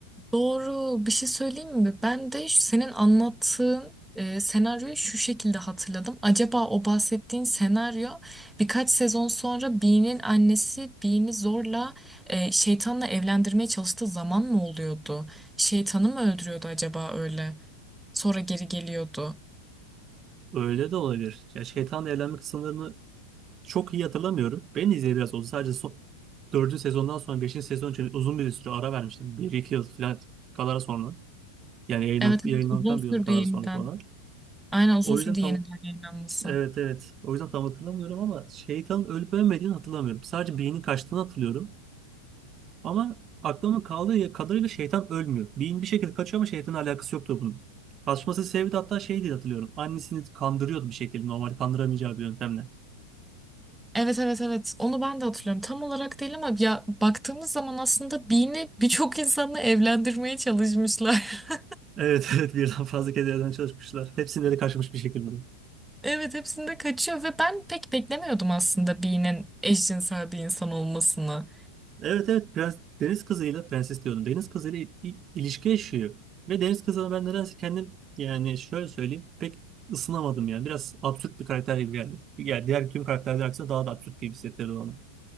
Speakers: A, in the centre; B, on the right (about 30°).
A: Doğru. Bir şey söyleyeyim mi? Ben de şu- senin anlattığın e, senaryoyu şu şekilde hatırladım. Acaba o bahsettiğin senaryo birkaç sezon sonra Bee'nin annesi Bee'ni zorla e, şeytanla evlendirmeye çalıştığı zaman mı oluyordu? Şeytanı mı öldürüyordu acaba öyle? Sonra geri geliyordu.
B: Öyle de olabilir. Ya şeytanla evlenme kısımlarını çok iyi hatırlamıyorum. Ben de izleyeli biraz oldu. Sadece son, 4. sezondan sonra beşinci sezon için uzun bir süre ara vermiştim. Bir iki yıl falan kadar sonra. Yani yayınlan,
A: Evet,
B: yayınlandıktan
A: evet uzun sürdü
B: bir yıl kadar
A: yeniden.
B: sonra falan.
A: Aynen uzun
B: O
A: sürdü
B: yüzden tam
A: yeniden yayınlanması.
B: Evet evet. O yüzden tam hatırlamıyorum ama şeytanın ölüp ölmediğini hatırlamıyorum. Sadece beynin kaçtığını hatırlıyorum. Ama aklımda kaldığı kadarıyla şeytan ölmüyor. Beyin bir şekilde kaçıyor ama şeytanın alakası yoktu bunun. Kaçması sebebi de hatta şey diye hatırlıyorum. Annesini kandırıyordu bir şekilde normal kandıramayacağı bir yöntemle.
A: Evet evet evet onu ben de hatırlıyorum. Tam olarak değil ama ya baktığımız zaman aslında Bean'i birçok insanla evlendirmeye çalışmışlar. <laughs>
B: Evet <laughs> evet birden fazla kez evden çalışmışlar. Hepsinde de kaçmış bir şekilde.
A: Evet hepsinde kaçıyor ve ben pek beklemiyordum aslında Bean'in eşcinsel bir insan olmasını.
B: Evet evet prens, deniz kızıyla prenses diyordum. Deniz kızıyla il- il- ilişki yaşıyor. Ve deniz kızına ben nedense kendim yani şöyle söyleyeyim pek ısınamadım yani. Biraz absürt bir karakter gibi geldi. Yani diğer tüm karakterler aksine daha da absürt gibi hissettirdi bana.